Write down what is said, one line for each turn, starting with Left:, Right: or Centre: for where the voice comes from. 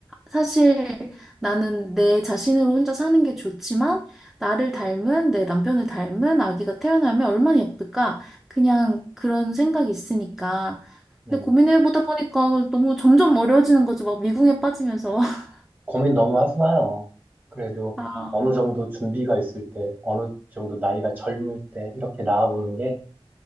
Centre: 사실 나는 내 자신으로 혼자 사는 게 좋지만, 나를 닮은, 내 남편을 닮은 아기가 태어나면 얼마나 예쁠까? 그냥 그런 생각이 있으니까.
Right: 음,
Centre: 근데 고민해보다 보니까 너무 점점 어려워지는 거죠. 막 미궁에 빠지면서. <laughs>
Right: 고민 너무 하지 마요. 그래도
Centre: 아,
Right: 어느 정도 준비가 있을 때, 어느 정도 나이가 젊을 때 이렇게 나아보는 게